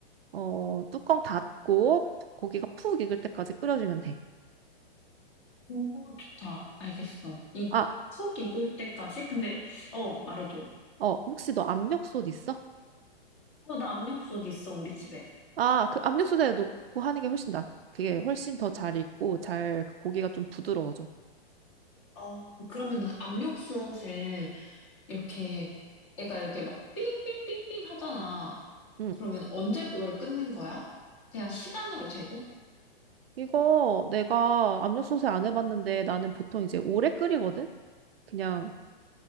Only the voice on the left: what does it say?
오, 좋다. 알겠어. 이
푹 익을 때까지? 근데, 어, 말해줘.
어, 나 압력솥 있어, 우리 집에.
어, 그러면 압력솥에 이렇게 애가 이렇게 막 삥삥삥삥 하잖아.
그러면 언제 그걸 끝낸 거야? 그냥 시간으로 재고?